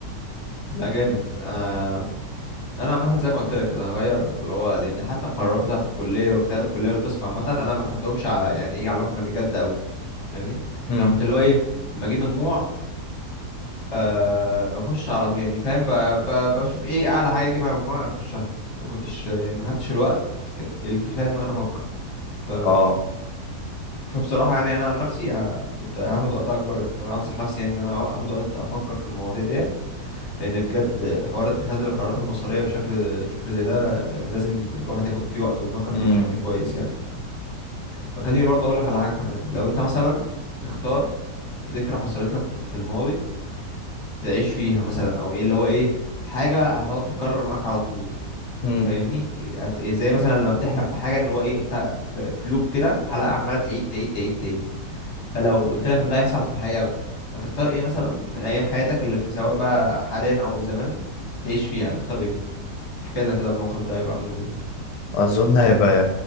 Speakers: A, on the left (about 45°); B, on the left (about 75°).
A: لا جامد آه انا عامه زي ما قلت لك كده هغير اللي هو لان حتى القرارات بتاعه الكليه واختيار الكليه والقسم عامه انا ما خدتهمش ع- يعني ايه على محمل الجد قوي فاهمني
B: امم
A: انا كنت اللي هو ايه لما اجيب مجموع آه بخش على يعني فاهم ب- ب- بشوف ايه اعلى حاجه اجيبها مجموع اخشها ما كنتش يعني ما خدتش الوقت الكفايه ان انا افكر ف
B: أه
A: فبصراحه يعني انا عن نفسي ه... كنت هاخد وقت اكبر ان انا انصح نفسي يعني ان انا اخد وقت افكر في المواضيع ديت لان بجد حوار اتخاذ القرارات المصيريه بشكل بشكل زي ده يعني لازم الواحد ياخد فيه وقت ويفكر فيه
B: امم
A: بشكل كويس يعني فخليني برضه اقول لك على حاجه كمان لو انت مثلا تختار ذكرى حصلت لك في الماضي تعيش فيها مثلا او ايه اللي هو ايه حاجه هتقعد تتكرر معاك على طول
B: امم
A: فاهمني هت- زي مثلا لما بتحلم بحاجه ان هو ايه انت في في لوب كده حلقه عماله تعيد تعيد تعيد تعيد فلو قلت لك ان ده هيحصل في الحقيقه بقى هتختار ايه مثلا من ايام حياتك اللي في سواء بقى حاليا او زمان تعيش فيها هتختار ايه احكي لنا كده الموقف ده هيبقى عامل ازاي
B: أظن هيبقى